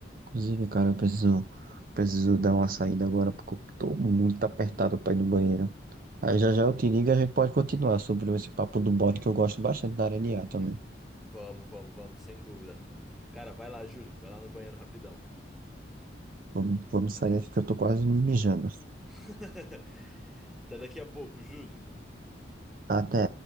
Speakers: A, on the right; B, in the centre.
A: inclusive, cara, eu preciso, preciso dar uma saída agora porque eu tô muito apertado pra ir no banheiro. Aí já já eu te ligo, e a gente pode continuar sobre esse papo do bode que eu gosto bastante da área de IA também.
B: vamos, vamos, vamos, sem dúvida. Cara, vai lá, Júlio, vai lá no banheiro rapidão.
A: Vamos, vamos sair aqui que eu tô quase me mijando.
B: <laughs> Até daqui a pouco, Júlio.
A: Até.